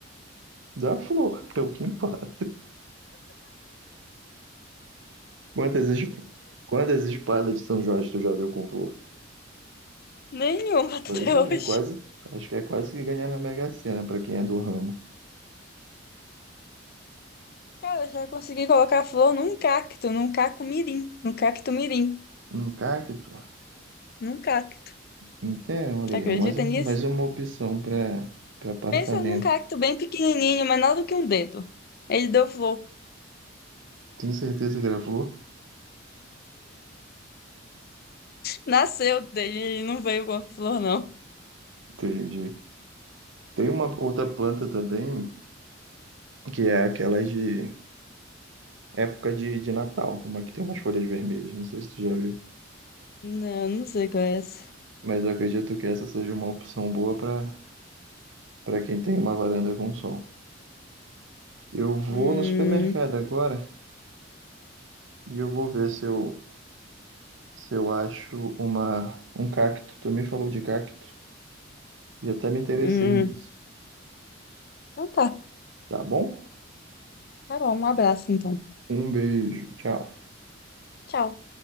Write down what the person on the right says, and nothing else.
dá flor, é o que importa. Quantas, es- quantas espadas de São Jorge tu já viu com flor?
Pois é,
é quase. Acho que é quase que ganhar na Mega Sena pra quem é do ramo.
Um cacto?
Então, ali,
é mais, um-
mais uma opção para apartamento.
Tenho certeza que era flor?
Entendi. Tem uma outra planta também, que é aquela de época de, de Natal, uma que tem umas folhas vermelhas, não sei se tu já viu.
Mas eu acredito que essa seja uma opção boa para para quem tem uma varanda com sol. Eu vou
no supermercado agora e eu vou ver se eu, se eu acho uma, um cacto. Tu me falou de cacto e até me interessei
nisso,
tá bom?
Um beijo, tchau.